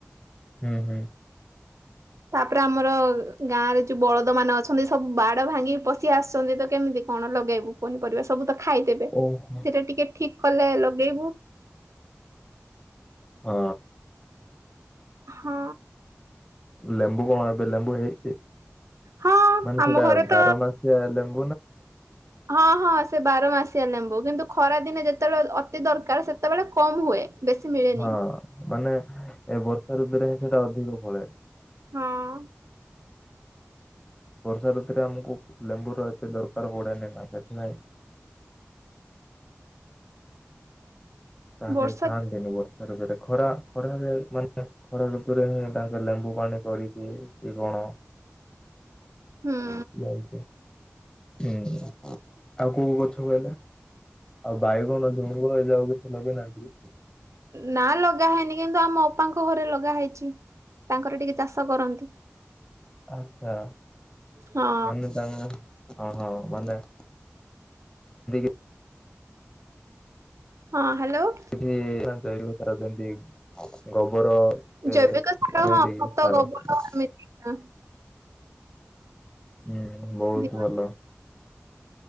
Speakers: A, on the left (about 15°); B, on the right (about 85°).
A: ହୁଁ ହୁଁ।
B: ତାପରେ ଆମର ଗାଁ ରେ ଯୋଉ ବଳଦ ମାନେ ଅଛନ୍ତି ସବୁ ବାଡ ଭାଙ୍ଗି ପଶି ଆସିଛନ୍ତି ତ କେମିତି କଣ ଲଗେଇବୁ ପନିପରିବା ସବୁ ତ ଖାଇଦେବେ ସେଟା
A: ଓହୋ।
B: ଟିକେ ଠିକ କଲେ ଲଗେଇବୁ।
A: ହଁ।
B: ହଁ।
A: ଲେମ୍ବୁ କଣ ଏବେ ଲେମ୍ବୁ ହେଇଛି
B: ହଁ
A: ମାନେ
B: ଆମ
A: ସେଟା
B: ଘରେ ତ
A: ବାରମାସିଆ ଲେମ୍
B: ହଁ ହଁ ସେ ବାର ମାସ ଶିଆ ଲେମ୍ବୁ କିନ୍ତୁ ଖରା ଦିନେ ଯେତେବେଳେ ଅତି ଦରକାର ସେତେବେଳେ କମ୍ ହୁଏ। ବେଶୀ ମିଳେନି
A: ହଁ ମାନେ ଏ ବର୍ଷା ଋତୁରେ ହିଁ ସେଟା ଅଧିକ ଫଳେ।
B: ହଁ।
A: ବର୍ଷା ଋତୁରେ ଆମକୁ ଲେମ୍ବୁର ଏତେ ଦରକାର ପଡ଼େନି ନା ସେଥିପାଇଁ। ତାେ
B: ବର୍ଷା
A: ସ୍ଥାନ ଦେନୁ ବ <unintelligible> ସେଋତୁରେ ଖରା ଖରାରେ ମାନେ ଖରା ଋତୁରେ ହିଁ ତାଙ୍କେ ଲେମ୍ବୁ ପାଣି କରିକି କି କଣ
B: <inaudible> ହୁଁ
A: ବନ୍ତ <inaudible> ହୁଁ ଆଉ କୋଉ ଗଛ କହିଲ ଆଉ ବାଇଗଣ ଝୁଡୁଙ୍ଗ ହ ଯାଉ କିଛି ଲଗେଇନହନ୍ତି। <inaudible>
B: ନା ଲଗା ହେଇନି କିନ୍ତୁ ଆମ ଅପାଙ୍କ ଘରେ ଲଗା ହେଇଛି। ତାଙ୍କର ଟିକେ ଚାଷ କରନ୍ତି।
A: ଆଚ୍ଛା
B: ହଁ
A: ମାନେ ତାଙ୍କ ଗାଁ <inaudible>
B: ହଁ। ହ୍ୟାଲୋ
A: <unintelligible> ଗବର ସେଣ୍ଡି
B: ଜୈବିକ ସାର ହଁ ଖତ
A: ସାର
B: ଗୋବର
A: <unintelligible>
B: ଏମିତି ଆ
A: ହୁଁ ବହୁତୁ
B: ଦିଆ
A: ଭଲ।